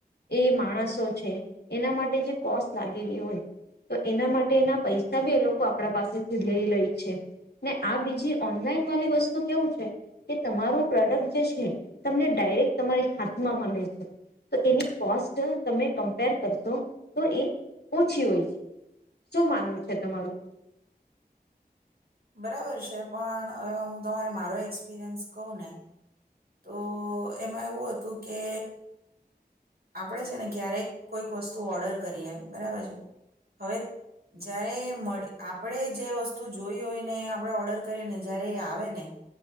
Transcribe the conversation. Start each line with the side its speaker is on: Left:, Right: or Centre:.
Left: એ માણસો છે, એના માટે જે કોસ્ટ લાગેલી હોય, તો એના માટે એના પૈસા બી એ લોકો આપણા પાસેથી લઈ લેય છે. આ બીજી ઓનલાઈન વાલી વસ્તુ કેવું છે, કે તમારું પ્રોડક્ટ જે છે, તમને ડાયરેક્ટ તમારી હાથમાં મલે છે. તો એની કોસ્ટ તમે કમ્પેર કરશો તો એ ઓછી હોય છે. શું માનવું છે તમારું?
Right: બરાબર છે, પણ હ હું તમારે મારો એક્સપિરિયન્સ કહું ને તો એમાં એવું હતું, કે આપણેે છે ને ક્યારેક કોઈક વસ્તુ ઓર્ડર કરીએ, બરાબર છે? હવે જ્યારે મળ આપણે જે વસ્તુ જોઈ હોય, ને આપણે ઓર્ડર કરીએ ને જય્યારે એ આવે ને